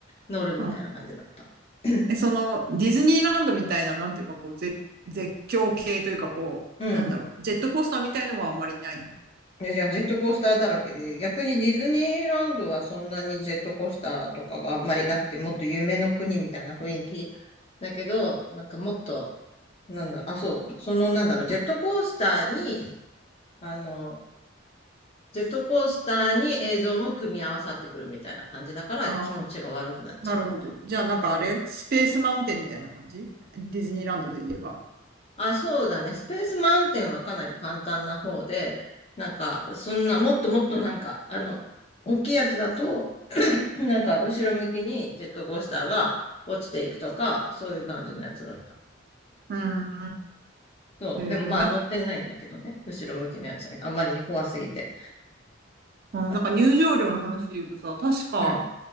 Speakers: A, on the left (about 30°); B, on the right (about 50°).
A: 乗るみたいな感じだった。
B: うん。
A: <clears throat>
B: え、その、ディズニーランドみたいな、なんていうか、こう、絶、絶叫系というか、こう、
A: うん。
B: なんだろう、ジェットコースターみたいのはあんまりないの。
A: いやいや、ジェットコースターだらけで、逆にディズニーランドはそんなにジェットコースターとかがあんまりなくて、もっと夢の国みたいな雰囲気だけど、なんかもっと、なんだ、あ、そう、そのなんだろう、ジェットコースターに、あの、ジェットコースターに映像も組み合わさってくるみたいな感じだから気持ちが悪くなっちゃうみたいな。
B: ああ、なるほど。じゃあ、なんかあれスペースマウンテンみたいな感じディズニーランドで言えば。
A: あ、そうだね。スペースマウンテンはかなり簡単な方で、なんか、そんな、もっともっとなんか、あの、大きいやつだと、<laughs> なんか後ろ向きにジェットコースターが落ちていくとか、そういう感じのやつだった。
B: うん。
A: そう。
B: えー、
A: でもまあ乗ってないんだけどね。
B: な、
A: 後ろ向きのやつはあまりに怖すぎて。
B: うんなんか入場料の話で言うとさ、
A: あ、
B: 確か、
A: うん。